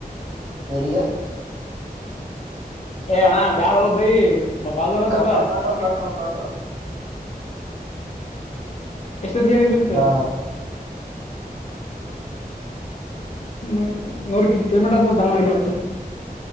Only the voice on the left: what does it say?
ಏ ಅಣ್ಣ ಬ್ಯಾಡೋ ಭೈ. <unintelligible>
ಎಷ್ಟೊತ್ತ ಹೇಳಿಲ್ಲ ಅಂತೆ.
ಹ್ಮ ನೂರು ಕಿಲೋಮೀಟರ್ ತಮ್ಮ ಇಲ್ಲಿಂತ್.